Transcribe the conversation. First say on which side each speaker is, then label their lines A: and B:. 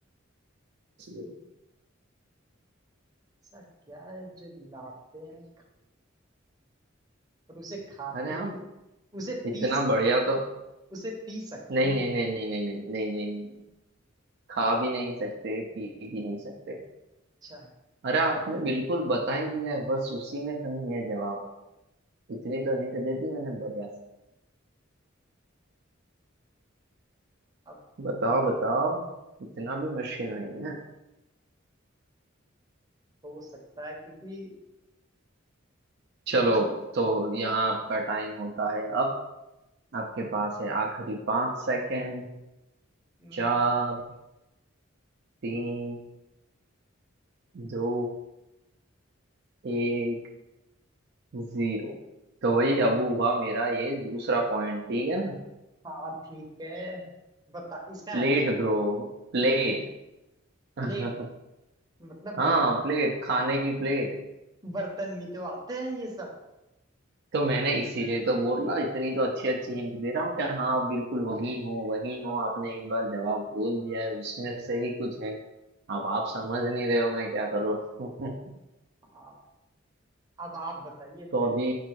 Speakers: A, on the right; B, on the right.
A: <laughs>
B: ऐसा क्या है जो लाते हैं पर उसे खाते
A: अरे आप
B: नहीं उसे
A: इतना
B: पी सक-
A: बढ़िया तो
B: उसे पी सकते
A: नहीं
B: हैं
A: नहीं नहीं नहीं नहीं नहीं नहीं नहीं नहीं नहीं। खा भी नहीं सकते पी भी नहीं सकते
B: अच्छा
A: अरे आपने बिल्कुल बता ही दिया है बस उसी में कहीं है जवाब इतनी तो हिंट दे दी मैंने बढ़िया से
B: अब
A: बताओ बताओ इतना भी मुश्किल नहीं है
B: हो सकता है क्योंकि
A: चलो
B: एक तो
A: तो यहाँ आपका टाइम होता है अब आपके पास है आखिरी पांच सेकंड
B: हम्म,
A: चार तीन दो एक जीरो तो वही अब हुआ मेरा ये दूसरा पॉइंट ठीक है ना
B: हाँ ठीक है बता इसका
A: Plate
B: आंसर
A: bro प्लेट <laughs>
B: प्लेट मतलब
A: हाँ
B: बर्तन
A: प्लेट खाने की प्लेट
B: बर्तन भी तो आते हैं ये सब
A: तो मैंने इसीलिए तो बोला इतनी तो अच्छी अच्छी हिंट दे रहा हूँ कि हाँ आप बिल्कुल वही हो वही हो आपने एक बार जवाब बोल दिया है उसमें से ही कुछ है अब आप समझ नहीं रहे हो मैं क्या कर रहा हूँ <laughs>
B: हाँ अब आप बताइए
A: तो
B: फिर
A: अभी